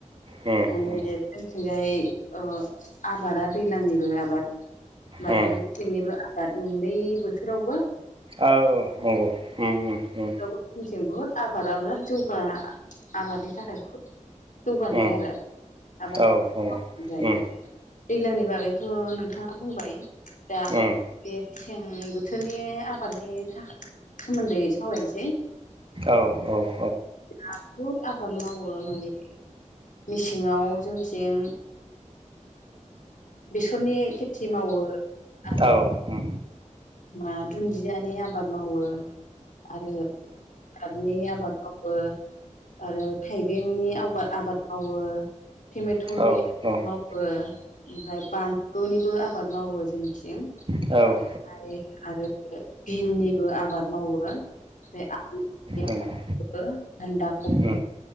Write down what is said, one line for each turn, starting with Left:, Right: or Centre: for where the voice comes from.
Right: उम
Left: माने
Right: उम
Left: जोंथिंजाय ओ आबाद दैज्लांनिल आबाद बारो
Right: उम
Left: मेसेंनिबो आबाद मोननै बोथोरावबो
Right: औ नंगौ उम उम
Left: बुहुत जोंनिथिं बुहुद आबादा बिराद जौगा आबादनि थाखाय बुहुद जौगानाय
Right: उम
Left: आरो आबाद
Right: औ उम
Left: जायो।
Right: उम
Left: दैज्लांनि बागैथ' नोंथांङा बुंबाय। दा आंङो
Right: औ
Left: बे मेसें बोथोरनि आबादनि थाखा सोमोन्दै सावरायनोसै।
Right: औ औ उम नंगौ औ उम
Left: आ बहुद आबाद मावो माने मेसेङाव जोंथिं बेसरनि खेथि मावो आरो
Right: औ उम
Left: मा दुन्दियानि आबाद मावो आरो आादनि आबाद मावो आरो थाइबेंनि आबाद मावो टमेट'निाद
Right: उम
Left: मावो ओमफ्राय बानलुनिबो आबाद मावो जोंथिं।
Right: औ
Left: ओमफ्राय आरो बिननिबो आबाद मावो। <unintelligible>
Right: नंगौ उम